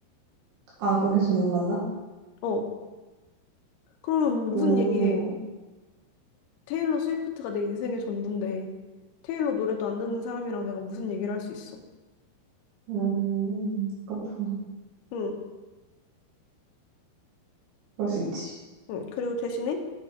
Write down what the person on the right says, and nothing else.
아, 그럼 계속 못 만나?
음,
음, 그렇구나.
그럴 수 있지.